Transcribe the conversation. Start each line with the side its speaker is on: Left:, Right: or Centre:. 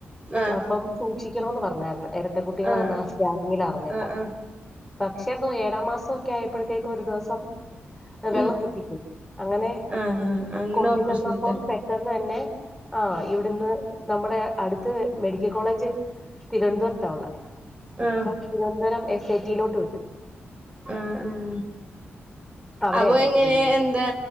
Right: ആഹ്
Centre: അപ്പം സൂക്ഷിക്കണന്ന് പറഞ്ഞായിരുന്ന് ഇരട്ട കുട്ടികളാന്ന
Right: ആഹ്
Centre: സ്കാനിങ്ങിൽ അറിഞ്ഞപ്പം
Right: ആഹ് ആഹ്
Centre: പക്ഷെ എന്തോ ഏഴാം മാസക്കെ ആയപ്പോഴത്തേക്കും ഒരു ദവസം വെള്ളം
Right: ഉം
Centre: പൊട്ടിപ്പോയി അങ്ങനെ
Right: ആഹ് അങ്ങനെ
Centre: കൊണ്ടു
Right: ഓപ്പറേഷൻ
Centre: ചെന്നപ്പം
Right: തിയേറ്റർ
Centre: പെട്ടെന്ന് തന്നെ ആഹ് ഇവിടുന്ന് നമ്മുടെ അടുത്ത് മെഡിക്കൽ കോളേജ് തിരുവനന്തപുരത്താള്ളെ
Right: ആഹ്
Centre: അപ്പം തിരുവനന്തപുരം എ സ് ഐ ടിയിലോട്ട് വിട്ട്
Right: ആഹ് ആഹ്
Centre: അവിടെയായിരുന്നു
Right: അപ്പൊ എങ്ങനെ
Centre: ഡെലിവറി
Right: എന്താ